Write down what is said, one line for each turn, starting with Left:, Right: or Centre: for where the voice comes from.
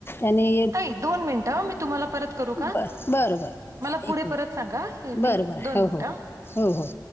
Left: आणि
Right: त दोन मिनटं मी तुम्हाला परत करू
Left: बरं
Right: का
Left: बरं बरं चालेल
Right: मला
Left: एक
Right: पुढे
Left: मिनिट
Right: परत सांगा
Left: बरं
Right: मी
Left: बरं
Right: दोन
Left: हो हो
Right: मिनट
Left: हो हो हो!